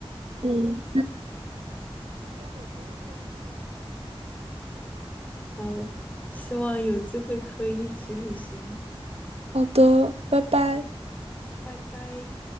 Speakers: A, on the right; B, on the left.
A: 嗯，
B: 好，希望有机会可以一起旅行。
A: 好的，拜拜。
B: 拜拜。